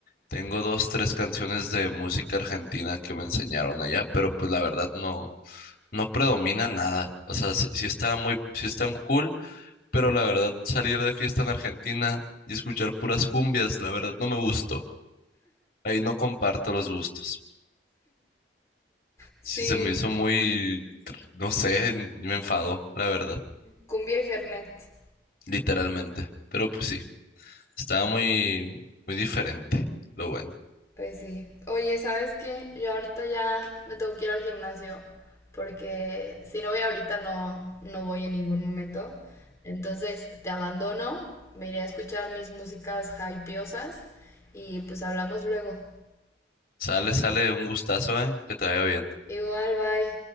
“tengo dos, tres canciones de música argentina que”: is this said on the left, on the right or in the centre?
Left